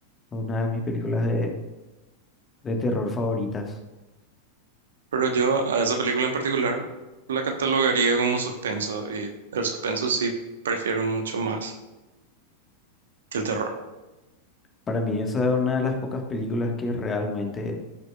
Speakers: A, on the left; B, on the right.
A: Una de mis películas de, de terror favoritas.
B: Pero yo a esa película en particular la catalogaría como suspenso y el suspenso sí prefiero mucho más que el terror.
A: Para mí esa es una de las pocas películas que realmente